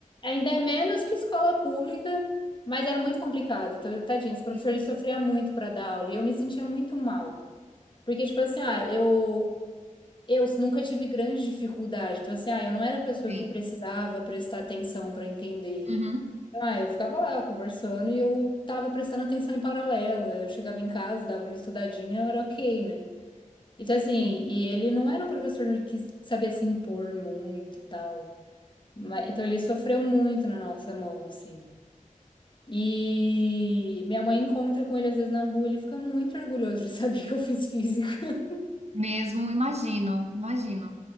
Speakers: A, on the left; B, on the right.
A: Ainda é menos que escola pública, mas era muito complicado. Então, eu- tadinho, esse professor
B: Sim,
A: ele sofria muito para dar aula e eu me sentia muito mal. Porque, tipo assim, ah, eu, eu nunca tive grande dificuldade. Então, assim, ah, eu não era a pessoa
B: sim.
A: que precisava prestar atenção para entender.
B: Uhum.
A: Então, ah, eu ficava lá conversando e eu tava prestando atenção em paralelo. Eu chegava em casa, dava uma estudadinha, era ok, né? Então, assim,
B: Sim.
A: e ele não era um professor que sabia se impor muito e tal. Mas, então, ele sofreu muito na nossa mão, assim. E minha mãe encontra com ele às vezes na rua, ele fica muito orgulhoso de saber <laughs> que eu fiz física.
B: Mesmo, imagino, imagino.